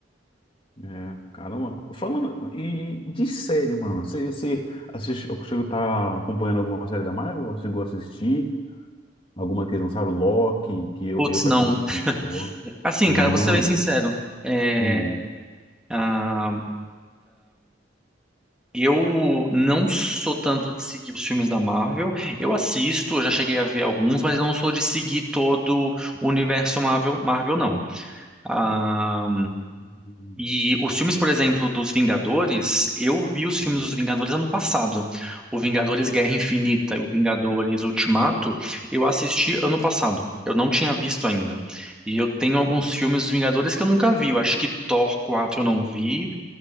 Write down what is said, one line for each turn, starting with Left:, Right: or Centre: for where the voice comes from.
Left: É, caramba. Falando e de série, mano. Você você assiste, eu consigo tá acompanhando alguma série da Marvel? Você chegou a assistir? Alguma que eles lançaram? Loki, que eu,
Centre: Putz,
Left: eu praticamente
Centre: não.
Left: achei muito boa.
Centre: Assim,
Left: Mano.
Centre: cara, vou ser bem sincero. É,
Left: Hum.
Centre: ah, Eu não sou tanto de seguir os filmes da Marvel. Eu assisto, eu já cheguei a ver alguns, mas não sou de seguir todo o universo Marvel, Marvel não. Ah,
Left: Hum.
Centre: e os filmes, por exemplo, dos Vingadores, eu vi os filmes
Left: hum.
Centre: dos Vingadores ano passado. O Vingadores Guerra Infinita e o Vingadores Ultimato, eu assisti ano passado. Eu não tinha visto ainda. E eu tenho alguns filmes dos Vingadores que eu nunca vi. Eu acho que Thor 4 eu não vi.